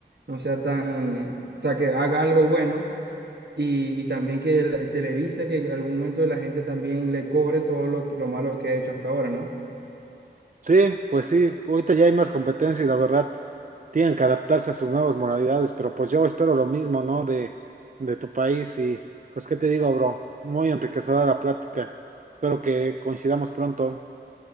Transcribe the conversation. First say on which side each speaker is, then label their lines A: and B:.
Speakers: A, on the right (about 65°); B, on the right (about 45°).
A: no sea tan, o sea, que haga algo bueno. Y, y también que la- Televisa, que en algún momento la gente también le cobre todo lo, que- lo malo que ha hecho hasta ahora, ¿no?
B: Sí, pues sí, ahorita ya hay más competencia y la verdad tienen que adaptarse a sus nuevas modalidades, pero pues yo espero lo mismo, ¿no? De, de tu país y pues qué te digo, bro, muy enriquecedora la plática. Espero que coincidamos pronto.